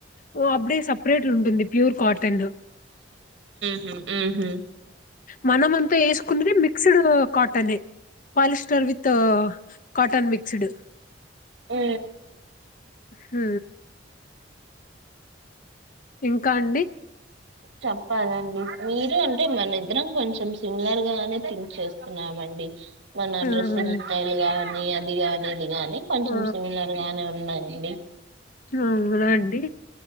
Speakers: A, on the left (about 45°); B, on the right (about 70°).
A: ఓ అప్పుడే సపరేట్ ఉంటుంది ప్యూర్ కాటన్
B: హ్మ్ ఊహు
A: మన వసుకు mixed cotton polyester with cotton mixed
B: ఉ
A: ఉ ఇంకా అండి
B: చెప్పాలండి మీరు అంటే మన ఇద్దరం కొంచెం సిమిలర్ గానే థింక్ చేస్తున్నామండి మన
A: హ్మ్
B: డ్రెస్సింగ్ స్టైల్ గా నీ అదిగాని ఇది గాని కొంచెం
A: ఆ
B: సిమిలర్ గానే ఉన్నాయండి
A: అవు నా అండి